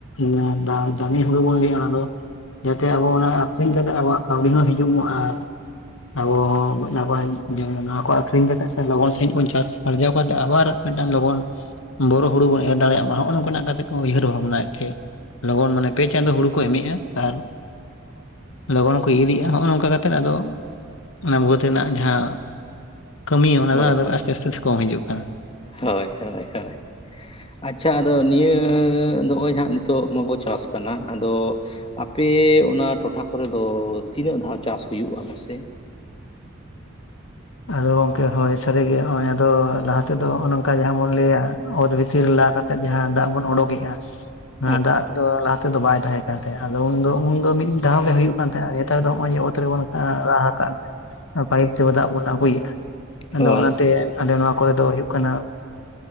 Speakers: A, on the left; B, on the left.
A: ᱫᱟ ᱫᱟ ᱫᱟᱢᱤ ᱦᱩᱲᱩ ᱵᱚᱱ ᱞᱟᱹᱭ ᱮᱫ-ᱟ ᱚᱱᱟ ᱫᱚ ᱡᱟᱛᱮ ᱟᱵᱚ ᱚᱱᱟ ᱟᱠᱷᱨᱤᱧ ᱠᱟᱛᱮ ᱟᱵᱚᱣᱟᱜ ᱠᱟᱹᱣᱰᱤ ᱦᱚᱸ ᱦᱤᱡᱩᱜ ᱢᱟ ᱟᱨ ᱟᱵᱚ ᱦᱚᱸ ᱱᱟᱯᱟᱭ ᱡᱮ ᱱᱚᱣᱟ ᱠᱚ ᱟᱠᱷᱨᱤᱧ ᱠᱟᱛᱮᱜ ᱥᱮ ᱞᱚᱜᱚᱱ ᱥᱟᱺᱦᱤᱡ ᱵᱚᱱ ᱪᱟᱥ ᱟᱨᱡᱟᱣ ᱠᱟᱛᱮᱜ ᱟᱵᱟᱨ ᱢᱤᱫᱴᱟᱝ ᱞᱚᱜᱚᱱ ᱵᱳᱨᱚ ᱦᱩᱲᱩ ᱵᱚᱱ ᱮᱨ ᱫᱟᱲᱮᱭᱟᱜ ᱢᱟ ᱱᱚᱜᱼᱚ ᱱᱚᱝᱠᱟᱱᱟᱜ ᱠᱟᱛᱷᱟ ᱠᱚ ᱩᱭᱦᱟᱹᱨ ᱵᱷᱟᱵᱱᱟ ᱮᱫ ᱛᱟᱦᱮᱫ, ᱞᱚᱜᱚᱱ ᱢᱟᱱᱮ ᱯᱮ ᱪᱟᱸᱫᱳ ᱦᱩᱲᱩ ᱠᱚ ᱮᱢᱮᱜᱼᱟ ᱟᱨ ᱞᱚᱜᱚᱱ ᱠᱚ ᱤᱨᱮᱜᱼᱟ ᱱᱚᱜᱼᱚᱭ ᱱᱚᱝᱠᱟ ᱠᱟᱛᱮᱜ ᱟᱫᱚ ᱚᱱᱟ ᱵᱟᱹᱫᱽ ᱮᱛ ᱨᱮᱱᱟᱜ ᱡᱟᱦᱟᱸ ᱠᱟᱹᱢᱤᱭᱟᱹ ᱚᱱᱟ
B: ᱦᱳᱭ
A: ᱫᱚ ᱟᱫᱚ ᱟᱥᱛᱮ ᱟᱥᱛᱮ ᱛᱮ ᱠᱚᱢ ᱦᱤᱡᱩᱜ ᱠᱟᱱᱟ,
B: ᱦᱳᱭ ᱦᱳᱭ ᱦᱳᱭ, ᱟᱪᱪᱷᱟ ᱟᱫᱚ ᱱᱤᱭᱟᱹ ᱫᱚᱜᱼᱚᱭ ᱡᱟᱦᱟ ᱦᱟᱸᱜ ᱱᱤᱛᱚᱜ ᱢᱟᱵᱚ ᱪᱟᱥ ᱠᱟᱱᱟ ᱟᱫᱚ ᱟᱯᱮ ᱚᱱᱟ ᱴᱚᱴᱷᱟ ᱠᱚᱨᱮ ᱫᱚ ᱛᱤᱱᱟᱹᱜ ᱫᱷᱟᱣ ᱪᱟᱥ ᱦᱩᱭᱩᱜᱼᱟ ᱢᱟᱥᱮ?
A: ᱟᱫᱚ ᱜᱚᱝᱠᱮ ᱦᱳᱭ ᱥᱟᱹᱨᱤᱜᱮ ᱱᱚᱜᱼᱚᱭ ᱟᱫᱚ ᱞᱟᱦᱟ ᱛᱮᱫᱚ ᱱᱚᱜ-ᱚᱭ ᱱᱚᱝᱠᱟ ᱡᱟᱦᱟᱸ ᱵᱚᱱ ᱞᱟᱹᱭᱟ ᱚᱛ ᱵᱷᱤᱛᱤᱨ ᱞᱟ ᱠᱟᱛᱮ, ᱛᱮᱫ ᱡᱟᱦᱟᱸ ᱫᱟᱜ ᱵᱚᱱ ᱚᱰᱚᱠ ᱮᱫᱼᱟ,
B: <inaudible> <inaudible>
A: ᱦᱟᱸ ᱫᱟᱜ ᱫᱚ ᱞᱟᱦᱟ ᱛᱮᱫᱚ ᱵᱟᱭ ᱛᱟᱦᱮᱸ ᱠᱟᱱ ᱛᱟᱦᱮᱸᱜ ᱟᱫᱚ ᱩᱱᱫᱚ ᱩᱱᱫᱚ ᱢᱤᱫ ᱫᱷᱟᱣ ᱜᱮ ᱦᱩᱭᱩᱜ ᱠᱟᱱ ᱛᱟᱦᱮᱸᱜ ᱱᱮᱛᱟᱨ ᱫᱚ ᱱᱚᱜ-ᱚᱭ ᱡᱮ ᱚᱛ ᱨᱮᱵᱚᱱ ᱮᱸ ᱨᱟᱦᱟ ᱠᱟᱱ ᱯᱟᱭᱤᱯ ᱛᱮ ᱵᱚ ᱫᱟᱜ ᱵᱚᱱ ᱟᱹᱜᱩᱭᱮᱜᱟ ᱟᱫᱚ
B: ᱦᱳᱭ
A: ᱚᱱᱟᱛᱮ ᱟᱞᱮ ᱱᱚᱣᱟ ᱠᱚᱨᱮ ᱫᱚ ᱦᱩᱭᱩᱜ ᱠᱟᱱᱟ,